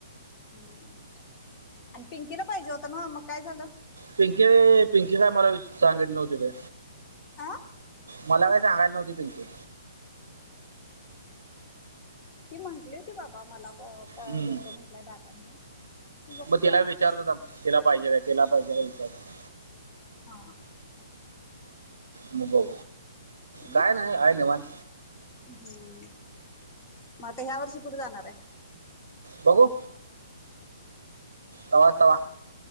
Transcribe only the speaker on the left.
हम्म आणि पिंकीला पाहिजे होत नव्ह मग काय झालं
आं
ती म्हंटली होती बाबा मला अ प
देतो म्हंटलाय दादा म्हणून बघतो
आम्ही
हा
हम्म
हम्म मग आता ह्या वर्षी कुठं जाणार आहे